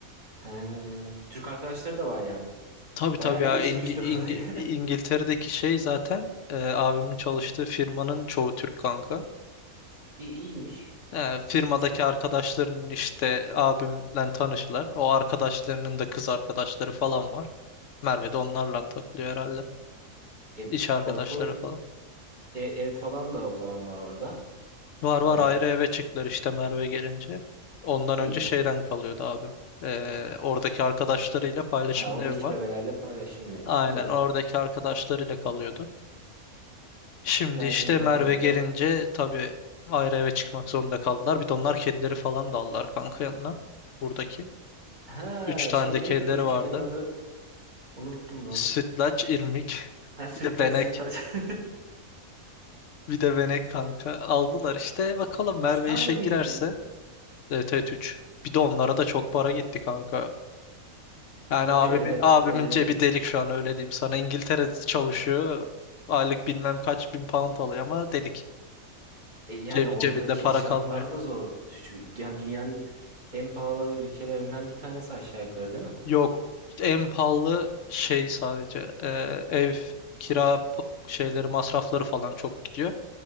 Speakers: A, on the right (about 30°); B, on the left (about 65°).
A: He, Türk arkadaşları da var yani.
B: Tabii tabii
A: Bayağı ele
B: ya
A: geçirmişler
B: İngi- İngi-
A: <laughs> orayı.
B: İngiltere'deki şey zaten e, abimin çalıştığı firmanın çoğu Türk kanka.
A: İyi, iyiymiş.
B: E, firmadaki arkadaşların işte abimle tanışırlar. O arkadaşlarının da kız arkadaşları falan var. Merve de onlarla takılıyor herhalde.
A: E,
B: iş arkadaşları
A: Batu
B: falan.
A: e, ev falan da o zaman var orada.
B: Var var
A: Bayağı
B: ayrı eve çıktılar işte Merve gelince. Ondan
A: iyi.
B: önce şeyden kalıyordu abim. Ee, oradaki arkadaşlarıyla paylaşımlı
A: Ha, oradaki
B: ev var.
A: bebelerle paylaşımlı ev.
B: Aynen
A: Güzel.
B: oradaki arkadaşlarıyla kalıyordu. Şimdi
A: Merve'yi
B: işte Merve
A: de alınca.
B: gelince tabii ayrı eve çıkmak zorunda kaldılar. Bir de onlar kedileri falan da aldılar kanka yanına. Buradaki.
A: Ha
B: Üç tane
A: şey
B: de
A: neydi?
B: kedileri
A: Dur
B: vardı.
A: kedinin adı unuttum lan.
B: Sütlaç, irmik,
A: Ha sütlaç
B: <laughs> bir de benek.
A: sütlaç. <laughs>
B: Bir de benek kanka. Aldılar işte. Bakalım Merve
A: Üç tane
B: işe
A: miydi?
B: girerse Evet evet 3. Bir de onlara da çok para gitti kanka. Yani
A: Tabii
B: abimin
A: evet.
B: abimin
A: E,
B: cebi delik şu an öyle diyeyim sana. İngiltere'de çalışıyor. Aylık bilmem kaç bin pound alıyor ama delik.
A: e, yani
B: Cebi
A: oradaki
B: cebinde para
A: şartlar
B: kalmıyor.
A: da zor. Düşü- Yani dünyanın en pahalı ülkelerinden bir tanesi aşağı yukarı değil mi?
B: Yok en pahalı şey sadece e, ev kira pa- şeyleri masrafları falan çok gidiyor.